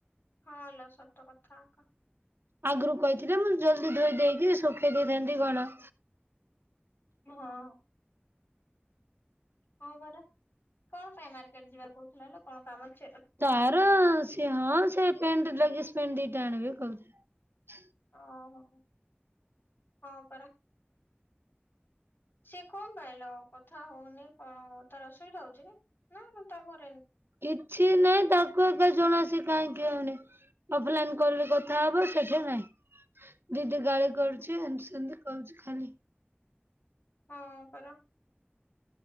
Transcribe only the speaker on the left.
ହଁ ଲ ସତ କଥା ଆକା।
ହଁ। ହଁ ପରା କଣ ପାଇଁ ମାର୍କେଟ ଯିବା କହୁଥିଲା ଲୋ କଣ କାମ ଅ
ଓ ହୋ ହଁ ପରା। ସିଏ କଅଁ ପାଇଲୋ କଥା ହଉନି କଣ ତାର ଅସୁବିଧା ହଉଚି କି ନା ନା ତା ଘର
ହଁ ପରା